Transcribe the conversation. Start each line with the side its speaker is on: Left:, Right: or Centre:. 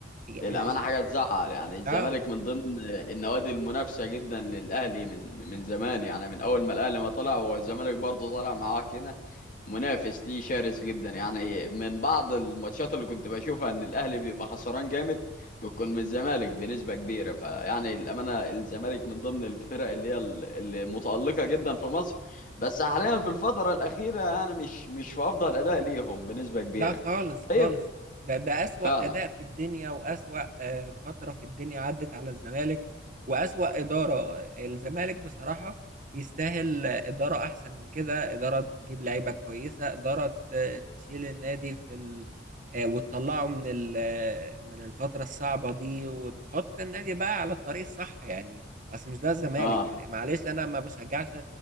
Left: للأمانة
Right: مش...
Left: حاجة تزعل يعني الزمالك
Right: اه
Left: من ضمن النوادي المنافسة جدا للأهلي من من زمان يعني من أول ما الأهلي ما طلع والزمالك برضه طلع معاه كده منافس ليه شرس جدا يعني من بعض الماتشات اللي كنت بشوفها إن الأهلي بيبقى خسران جامد بتكون من الزمالك بنسبة كبيرة فيعني الأمانة الزمالك من ضمن الفرق اللي هي ال- اللي متألقة جدا في مصر بس حاليا في الفترة الأخيرة يعني مش مش في أفضل أداء ليهم بنسبة كبيرة
Right: لا خالص خالص
Left: طيب
Right: ده ده أسوأ
Left: فعلا
Right: أداء في الدنيا وأسوأ آه، فترة في الدنيا عدت على الزمالك وأسوأ إدارة الزمالك بصراحة يستاهل آه، إدارة أحسن من كده إدارة تجيب لعيبة كويسة إدارة آه، تشيل النادي في ال... آه، وتطلعه من ال... آه، من الفترة الصعبة دي وتحط النادي بقى على الطريق الصح يعني أصل مش ده الزمالك
Left: اه
Right: يعني معلش أنا ما بشجعش